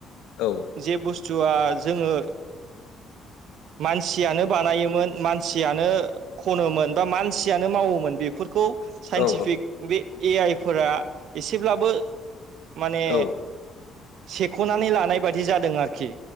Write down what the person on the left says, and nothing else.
औ
औ
औ